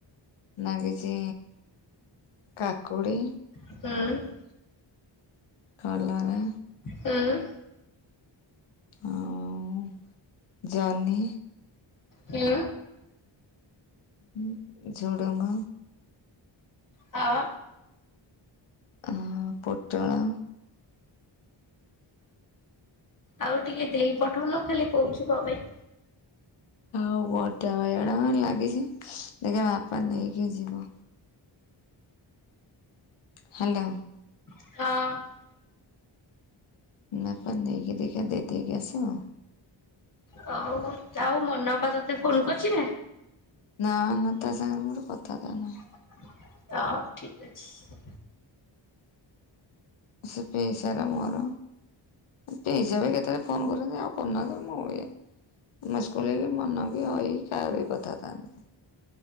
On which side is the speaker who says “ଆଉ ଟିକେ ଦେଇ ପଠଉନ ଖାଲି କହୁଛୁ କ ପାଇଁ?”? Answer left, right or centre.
Left